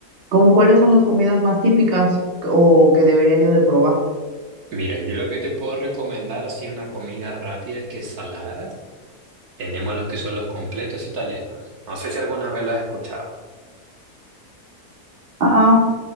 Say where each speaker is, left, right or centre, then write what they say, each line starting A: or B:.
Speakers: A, on the right; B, on the right.
A: ¿Cómo cuáles son las comidas más típicas que- o que debería yo de probar?
B: Mira, yo lo que te puedo recomendar así una comida rápida que es salada. Tenemos los que son los completos italianos. No sé si alguna vez lo has escuchado.
A: Ah, ah.